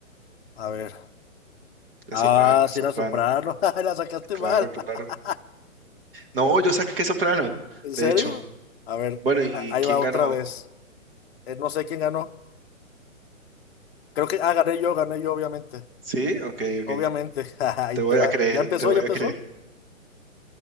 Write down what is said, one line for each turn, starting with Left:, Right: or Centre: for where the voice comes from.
Left: A ver.
Right: de
Left: Ah,
Right: soprano, de
Left: sí
Right: soprano.
Left: era soprano. <laughs> La sacaste
Right: Claro,
Left: mal.
Right: claro.
Left: <laughs>
Right: No, yo saqué soprano,
Left: ¿En
Right: de
Left: serio?
Right: hecho.
Left: A ver,
Right: Bueno, ¿y
Left: a- ahí
Right: quién
Left: va
Right: ganó?
Left: otra vez. Eh, no sé quién ganó. Creo que, ah, gané yo, gané yo, obviamente.
Right: Sí, ok, ok.
Left: Obviamente, <laughs> ahí
Right: Te voy
Left: te va.
Right: a creer,
Left: ¿Ya empezó?
Right: te voy
Left: ¿Ya empezó?
Right: a creer.